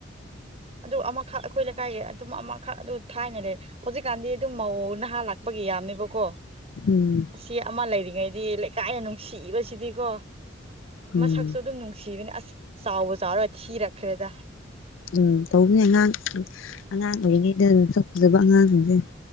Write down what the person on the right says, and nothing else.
ꯑꯗꯨ ꯑꯃꯈꯛ ꯑꯩꯈꯣꯏ ꯂꯩꯀꯥꯏꯒꯤ ꯑꯗꯨꯝ ꯑꯃꯈꯛ ꯑꯗꯨ ꯊꯥꯏꯅ ꯂꯩ ꯍꯧꯖꯤꯛꯀꯥꯟꯗꯤ ꯑꯗꯨꯝ ꯃꯧ ꯅꯍꯥ ꯂꯥꯛꯄ ꯒꯤꯌꯥꯝꯃꯦꯕ ꯀꯣ
ꯑꯁꯤ ꯑꯃ ꯂꯩꯔꯤꯉꯩꯗꯤ ꯂꯩꯀꯥꯏꯅ ꯅꯨꯡꯁꯤꯕꯁꯤꯗꯤꯀꯣ
ꯃꯁꯛꯁꯨ ꯑꯗꯨꯝ ꯅꯨꯡꯁꯤꯕꯅꯦ ꯑꯁ ꯆꯥꯎꯕꯨ ꯆꯥꯎꯔ ꯊꯤꯔꯛꯈ꯭ꯔꯦꯗ